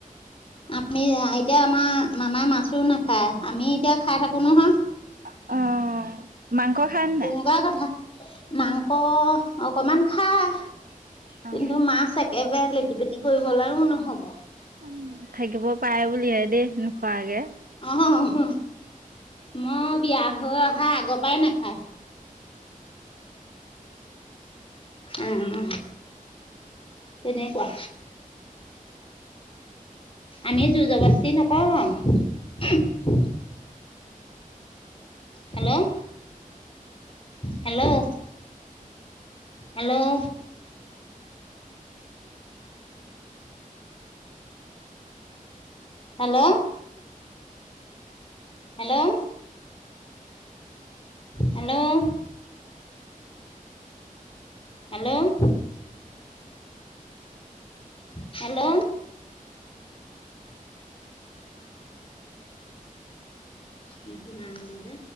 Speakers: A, on the left; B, on the right.
A: আমি এতিয়া আমাৰ মামাৰ মাছো নাখায় আমি এতিয়া খাই থাকো নহয়
B: অ মাংস খায় নে নাই
A: তেনেকুৱা কথা মাংস অকমান খাই কিন্তু
B: অ
A: মাছ একেবাৰে লেটি পেটি কৰিবলৈও নহব
B: উম, থাকিব পাৰে বুলিহে দেই নোখোৱাকে।
A: অহহ মই বিয়া হৈ অহা আগৰ পৰাই নাখায়। উম উম। কেনেকোৱা? আমি জোৰ যবস্তি নকওঁ আও।
B: <inaudible>
A: Hello. Hello hello hello. Hello hello hello hello. নুশুনা হলো যে